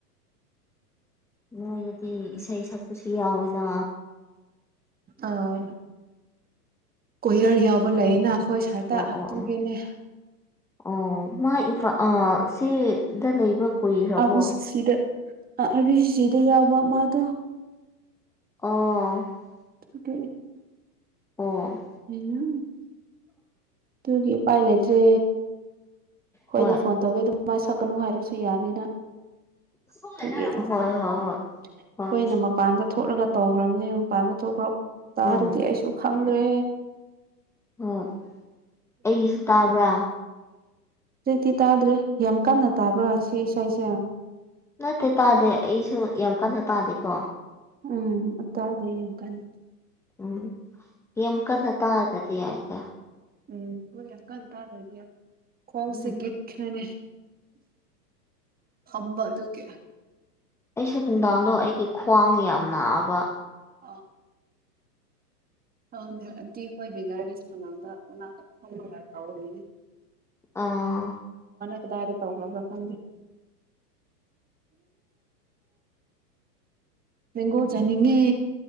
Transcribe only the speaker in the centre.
ꯃꯣꯏꯗꯗꯤ ꯏꯁꯩ ꯁꯛꯄꯁꯨ ꯌꯥꯎꯋꯦꯅ
ꯑꯣ
ꯑꯣ ꯑꯣ ꯑꯣ ꯃꯥ ꯏꯝꯐꯥꯜ ꯁꯤꯗ ꯂꯩꯕ ꯀꯨꯏꯈ꯭ꯔꯕꯣ
ꯑꯣ
ꯑꯣ
ꯍꯣꯏ
ꯍꯣꯏ
ꯍꯣꯏ ꯍꯣꯏ ꯍꯣꯏ
ꯎꯝ
ꯑꯣ ꯑꯩꯒꯤꯁꯨ ꯇꯥꯕ꯭ꯔꯥ
ꯅꯠꯇꯦ ꯇꯥꯗꯦ ꯑꯩꯁꯨ ꯌꯥꯝ ꯀꯟꯅ ꯇꯥꯗꯦꯀꯣ
ꯎꯝ ꯌꯥꯝ ꯀꯅ ꯇꯥꯖꯗꯤꯒ
ꯎꯝ
ꯑꯩꯁꯨ ꯅꯨꯡꯗꯥꯡꯗꯣ ꯑꯩꯒꯤ ꯈ꯭ꯋꯥꯡ ꯌꯥꯝ ꯅꯥꯕ
ꯑꯥ